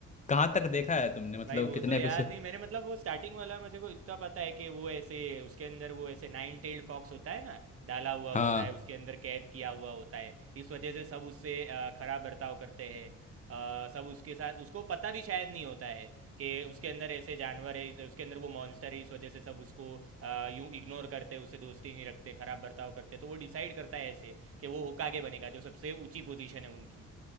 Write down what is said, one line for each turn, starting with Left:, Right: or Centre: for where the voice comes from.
Left: कहाँ तक देखा है तुमने मतलब
Right: भाई वो
Left: कितने
Right: तो याद
Left: एपिसोड
Right: नहीं मैंने मतलब वो स्टार्टिंग वाला मुझे को इतना पता है कि वो ऐसे उसके अंदर वो ऐसे नाइन टेल्ड फॉक्स होता है ना डाला हुआ
Left: हाँ
Right: होता है उसके अंदर कैद किया हुआ होता है इस वजह से सब उससे अ, खराब बर्ताव करते हैं अ, सब उसके साथ उसको पता भी शायद नहीं होता है कि उसके अंदर ऐसे जानवर है इस- उसके अंदर वो मॉन्स्टर है इस वजह से सब उसको अ, यूं इग्नोर करते उससे दोस्ती नहीं रखते खराब बर्ताव करते तो वो डिसाइड करता है ऐसे कि वो होकागे बनेगा जो सबसे ऊंची पोजीशन है उनकी